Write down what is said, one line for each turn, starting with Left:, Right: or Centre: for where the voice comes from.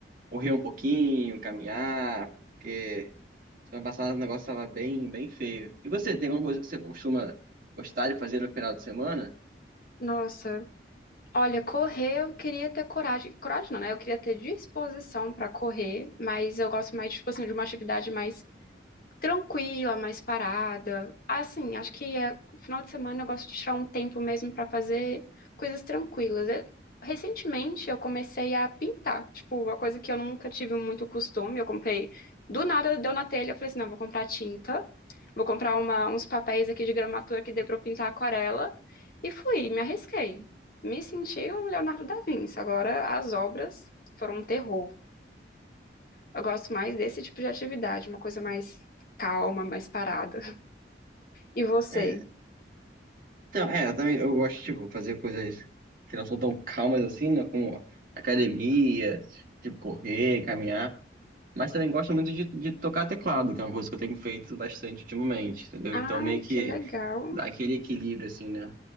Right: correr um pouquinho, caminhar, porque semana passada o negócio tava bem, bem feio. E você, tem alguma coisa que você costuma gostar de fazer no final de semana?
Left: Nossa, olha, correr eu queria ter coragem. Coragem não, né? Eu queria ter disposição pra correr, mas eu gosto mais, tipo assim, de uma atividade mais tranquila, mais parada. Assim, acho que é, final de semana eu gosto de tirar um tempo mesmo para fazer coisas tranquilas. Eu- recentemente eu comecei a pintar, tipo, uma coisa que eu nunca tive muito costume. Eu comprei, do nada deu na telha, eu falei assim, não, vou comprar tinta, vou comprar uma- uns papéis aqui de gramatura que dê para eu pintar aquarela e fui, me arrisquei. Me senti um Leonardo da Vinci. Agora as obras foram um terror. Eu gosto mais desse tipo de atividade, uma coisa mais calma, mais parada. E você?
Right: É, Então, é, eu também eu gosto, tipo, fazer coisas que não são tão calmas assim, né? Como academia, tipo, correr, caminhar. Mas também gosto muito de, de tocar teclado, que é uma coisa que eu tenho feito bastante ultimamente, entendeu?
Left: Ai,
Right: Então, meio que
Left: que legal.
Right: dá aquele equilíbrio, assim, né?